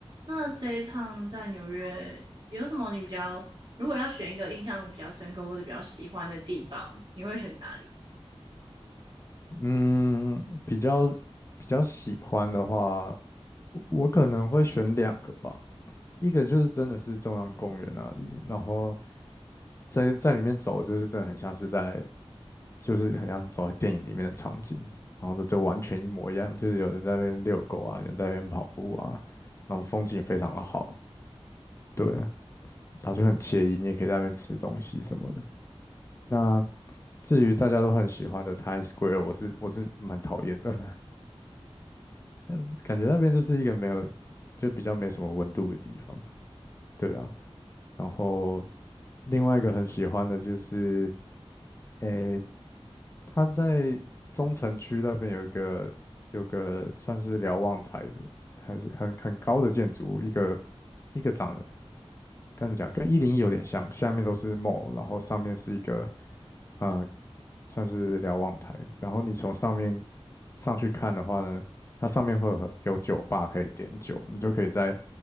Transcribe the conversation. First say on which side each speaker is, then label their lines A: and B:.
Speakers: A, on the right (about 50°); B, on the left (about 25°).
A: 那这一趟在纽约有什么你比较，如果要选一个印象比较深刻或者比较喜欢的地方，你会选哪里？
B: 嗯，比较比较喜欢的话，我可能会选两个吧。一个就是真的是中央公园那里，然后在在里面走，就是真的很像是在，就是很像是走在电影里面的场景，然后呢就完全一模一样，就是有人在那边遛狗啊，有人在那边跑步啊，然后风景非常的好，对，然后就很惬意，你也可以在那边吃东西什么的。那至于大家都很喜欢的 Times Square，我是我是蛮讨厌的，<laughs> 嗯感觉那边就是一个没有，就比较没什么温度的地方，对啊。然后另外一个很喜欢的就是，诶，它是在中城区那边有一个有个算是瞭望台的，还是很很高的建筑物，一个一个长跟该怎么讲，跟一零一有点像，下面都是 mall，然后上面是一个啊、呃算是瞭望台，然后你从上面上去看的话呢，它上面会有很有酒吧可以点酒，你就可以在